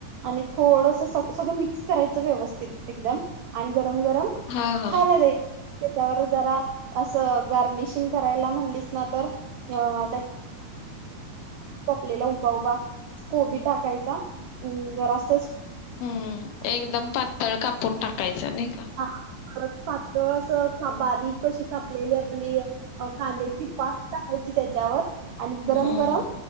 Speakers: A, on the right; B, on the left.
A: आणि थोडसं सग सगळं मिक्स करायचं व्यवस्थित एकदम आणि गरम गरम गरम
B: हा हा
A: खायला द्यायच. त्याच्यावर जरा असं गार्निशिंग करायला म्हणलीस ना तर अ लेला उभा उभा स्कोबी टाकायचा जर अस
B: हम्म एकदम पातळ कापून टाकायचा नाही का
A: हा परत पातळ असं कबारीक अशी कापलेली आपली अ कांद्याची पात टाकायची त्याच्यावर आणि गरम
B: हम्म
A: गरम